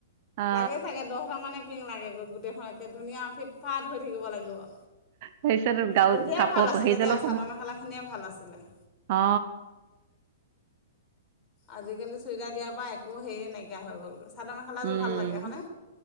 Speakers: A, on the right; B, on the left.
A: অ
B: লাগে চাগে দহটা মানে পিং লাগেগৈ, গোটেইখন একে ধুনীয়া ফিট-ফাৰ্ট হৈ থাকিব লাগিব।
A: তাৰপিছত গাৰু
B: তেতিয়াই
A: কাপোৰ
B: ভাল আছিলে
A: হেৰিডালত
B: দিয়া, চাদৰ-মেখেলা খিনিয়ে ভাল আছিলে।
A: অঁ।
B: আজিকালি চুইজাৰ দিয়াৰ পৰা একো হেৰীয়ে নাইকিয়া হৈ গ'ল। চাদৰ-মেখেলাযোৰ
A: উম
B: ভাল লাগে হয়নে?